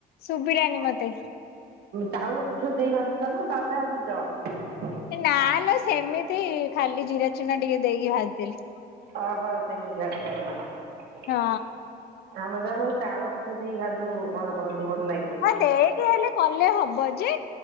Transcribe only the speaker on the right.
ଚାଉଳ ପିଠଉ ଦେଇ ଭାଜୁଚ ନା ସାଧା ଭାଜୁଚ?
ଓହୋ ସେମିତି ଭାଜୁଚ ହଁ।
ଆମେ ତ ଚାଳ ପିଠଉ ଦେଇ ଭାଜୁ ପଣସ। ମଞ୍ଜି ଭଲ ଲାଗେ।